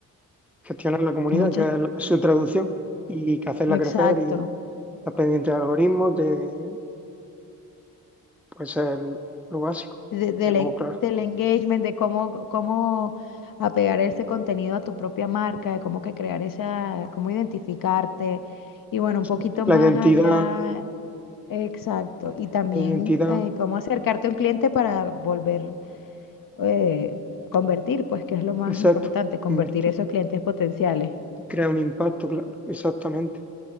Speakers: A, in the centre; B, on the left (about 55°).
A: gestionar la comunidad,
B: Muchas.
A: que es el- su traducción, y que hacerla
B: Exacto.
A: crecer y estar pendiente de algoritmos, de, pues es el- lo básico.
B: de- del,
A: Pero claro,
B: del engagement, de cómo, cómo apegar ese contenido a tu propia marca, de cómo que crear esa, cómo identificarte. Y bueno,
A: exacto.
B: un poquito más
A: la identidad,
B: allá, exacto. Y también
A: la identidad,
B: eh, cómo acercarte a un cliente para volver, eh, convertir, pues que es lo más
A: exacto,
B: importante,
A: convertir,
B: convertir esos clientes potenciales.
A: crear un impacto, claro, exactamente.